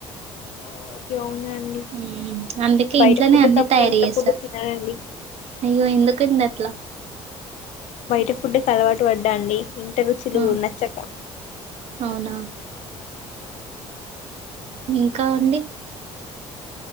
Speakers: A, on the left (about 65°); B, on the right (about 60°).
A: ఓ అయ్యో అవునా అండి
B: మ్మ్ అందుకే
A: బయట
B: ఇంట్లోనే
A: ఫుడ్
B: అన్ని
A: తప్ప
B: తయారు
A: ఇంట్లో
B: చేసా
A: ఫుడ్ తిననండి
B: అయ్యో ఎందుకండి అట్లా
A: బయట ఫుడ్ కి అలవాటు పడ్డా అండి ఇంట రుచులూ
B: ఆ
A: నచ్చక
B: అవునా
A: అవునండి
B: ఇంకా అండి